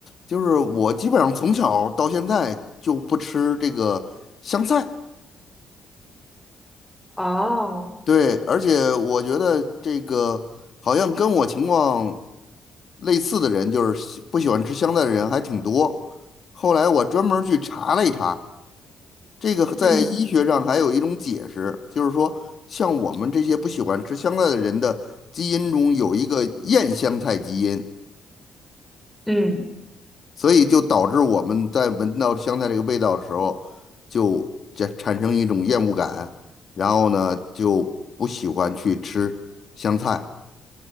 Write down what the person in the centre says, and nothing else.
哦
嗯
嗯，